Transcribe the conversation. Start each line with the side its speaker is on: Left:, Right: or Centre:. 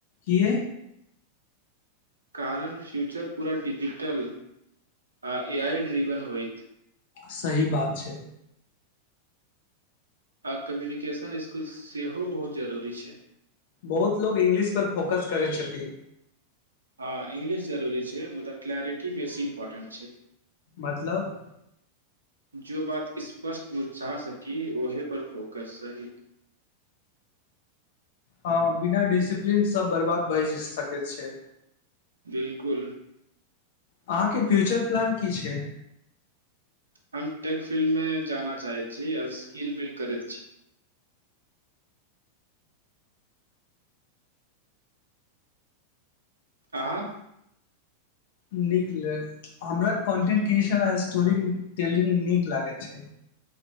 Left: कि
Right: कारण फ्यूचर पुरा डिजिटल आ ए आइड रिबन होइतत
Left: सही बात छै
Right: आ कम्युनिकेशन स्कुल सेहो बहुत जरूरी छै
Left: बहुत लोक इंग्लिश पर फोकस करैत छथिन
Right: हँ इंग्लिश जरूरी छै मुदा क्लैरिटी बेसी इम्पोर्टेंट छै
Left: मतलब
Right: जो बात स्पष्ट बुझा सकी ओहे पर फोकस सही
Left: हँ बिना डिसिप्लीन सब बर्बाद भइ सके छै
Right: बिलकुल
Left: अहाँके फ्यूचर प्लान की छै
Right: हम टेक फिल्ममे जाना चाहैत छी आ स्किल बिल्ड करैत छी आँ
Left: नीक लेफ़्ट हमरा कन्टेंट क्रिएशन आ स्टोरी टेलिंग नीक लागैत छै